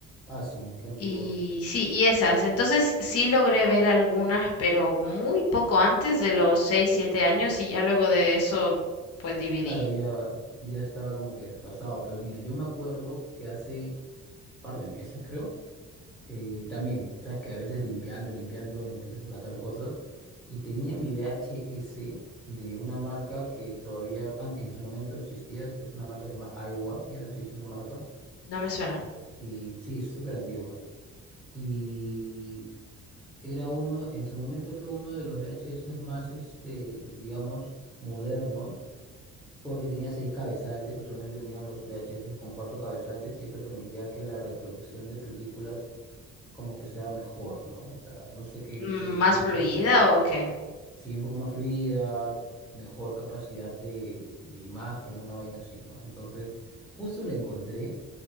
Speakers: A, in the centre; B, on the left (about 50°).
A: asu, qué antiguo.
B: Y sí, y esas. Entonces sí logré ver algunas, pero muy poco antes de los 6 7 años y ya luego de eso, pues dividí.
A: Claro, ya, ya estaba como que desfasado, pero mira, yo me acuerdo que hace par de meses, creo, eh, también, sabes que a veces limpiando, limpiando, empiezas a sacar cosas, y tenía mi VHS de una marca que todavía an- en su momento existía, es es una marca que se llama Aiwa, ya no existe esa marca,
B: No me suena.
A: y sí, es súper antigua, y era uno, en su momento fue uno de los VHS más, este, digamos, modernos porque tenía seis cabezales, usualmente venían los VHS con cuatro cabezales y esto permitía que la reproducción de películas como que sea mejor, ¿no? O sea, no sé qué,
B: Mm,
A: qué
B: ¿Más
A: feature
B: fluida
A: le daba.
B: o qué?
A: Sí, un poco más fluida, mejor capacidad de, de imagen, una vaina así, ¿no? Entonces, justo la encontré